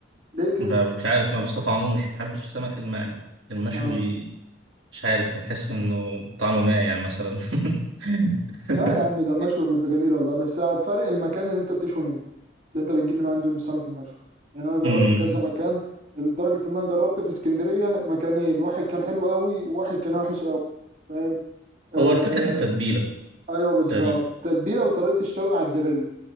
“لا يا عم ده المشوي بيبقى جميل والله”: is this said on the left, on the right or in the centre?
Right